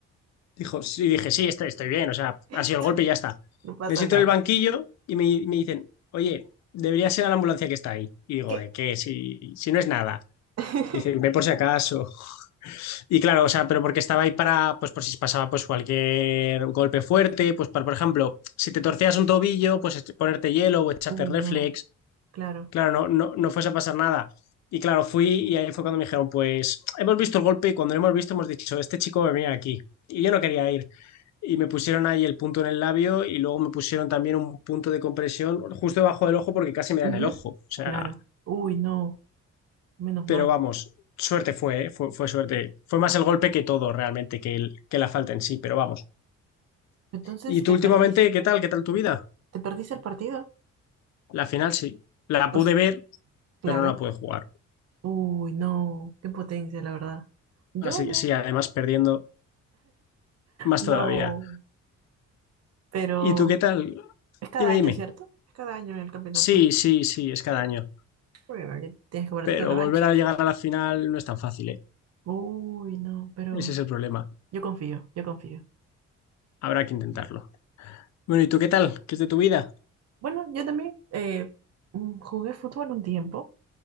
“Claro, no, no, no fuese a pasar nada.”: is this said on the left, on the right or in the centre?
Left